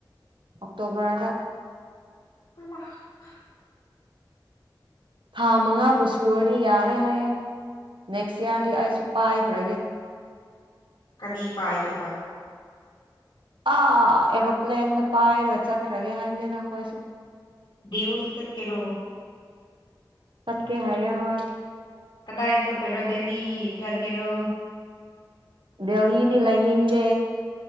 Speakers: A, on the right; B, on the left.
A: ꯑꯣꯛꯇꯣꯕꯔꯗ
B: ꯏ <unintelligible> <inaudible>
A: ꯊꯥ ꯃꯉꯥꯕꯨ ꯁꯨꯔꯗꯤ ꯌꯥꯔꯦ ꯍꯥꯏꯌꯦ ꯅꯦꯛꯁ ꯏꯌꯥꯔꯗꯤ ꯑꯩꯁꯨ ꯄꯥꯏꯈ꯭ꯔꯒꯦ
B: ꯀꯔꯤ ꯄꯥꯏꯗꯣꯏꯕ
A: ꯑꯥ ꯑꯦꯔꯣꯄ꯭ꯂꯦꯟꯗ ꯄꯥꯏꯔꯒ ꯆꯠꯈ꯭ꯔꯒꯦ ꯍꯥꯏꯕꯅꯤꯗ ꯑꯩꯈꯣꯏꯁꯨ
B: ꯗꯤꯌꯨꯁꯨ ꯆꯠꯀꯦꯔꯣ
A: ꯆꯠꯀꯦ ꯍꯥꯏꯌꯦ ꯍꯣꯏ
B: ꯑꯗꯥꯏ ꯆꯇꯧꯅꯣ ꯗꯦꯜꯂꯤ ꯆꯠꯀꯦꯔꯣ
A: ꯗꯦꯜꯂꯤꯗꯤ ꯂꯩꯅꯤꯡꯗꯦ